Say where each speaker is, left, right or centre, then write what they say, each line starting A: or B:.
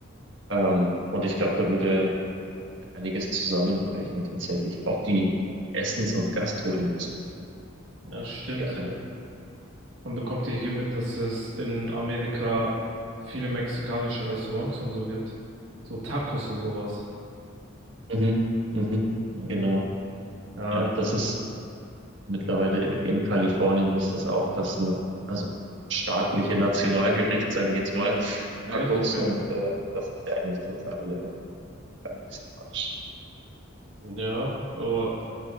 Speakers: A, on the right (about 60°); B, on the right (about 75°).
A: Ähm, und ich glaube, da würde, da würde einiges zusammenbrechen tatsächlich. Auch die, die Essens- und Gastroindustrie,
B: ja, stimmt.
A: die alle.
B: Man bekommt ja hier mit, dass es in Amerika viele mexikanische Restaurants und so gibt. So Tacos und sowas.
A: Mhm, mhm,
B: Mhm.
A: genau.
B: Ja,
A: Ja, das ist. Mittlerweile in Kalifornien ist das auch das, na- also staatliche Nationalgericht, sage ich jetzt mal,
B: echt,
A: Tacos
B: okay.
A: und äh, das ist ja eigentlich total, äh, total mexikanisch.
B: Ja, aber